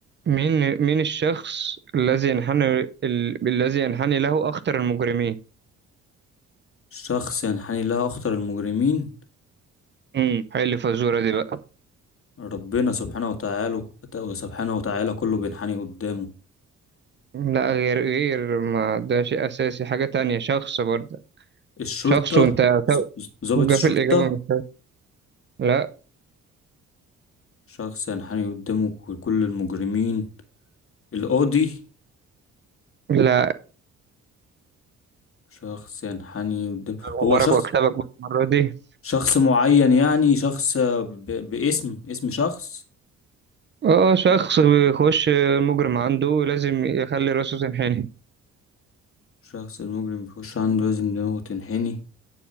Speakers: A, on the right; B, on the left.
A: مين مين الشخص الذي ينحني ال... الذي ينحني له اخطر المجرمين
B: شخص ينحني لها أخطر المجرمين
A: امم حل الفزورة دي بقى
B: ربنا سبحانه وتعالى سبحانه وتعالى كله بينحني قدامه
A: لا غير غير ما ده شيء أساسي حاجة تانية شخص برضه
B: الشرطة
A: شخص وأنت
B: ز- ز- ضابط
A: توجه
B: الشرطة
A: في الإجابة مش لا
B: شخص ينحني قدامه كل كل المجرمين القاضي
A: لا
B: شخص ينحني قدامه
A: غمرك
B: هو شخص
A: وأكسبك بقى المرة دي
B: شخص معين يعني شخص ب... باسم اسم شخص
A: اه شخص بيخش المجرم عنده لازم يخلي راسه تنحني
B: الشخص المجرم بيخش عنده لازم دماغه تنحني